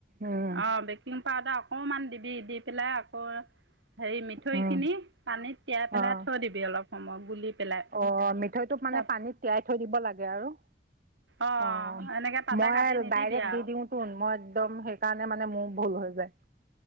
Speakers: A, on the right; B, on the right.
A: উম,
B: অ' বেক কিং পাউদাৰ অকণমান দিবি। দি পেলাই আকৌ এ হেৰি মিঠৈইখিনি
A: উম,
B: পানীত তিয়াই পেলাই
A: অ',
B: থৈ দিবি অলপ সময়, গুলি পেলাই।
A: অ', মিঠৈইটোক মানে
B: তাৰ
A: পানীত তিয়াই থৈ দিব লাগে আৰু।
B: অঁ
A: অহ,
B: এনেকৈ তাতে
A: মই
B: কাটি
A: আৰু
B: নিদিবি
A: ডাইৰেক্ট
B: আৰু
A: দি দিও চোন, মই একদম সেইকাৰণে মানে মোৰ ভুল হৈ যায়।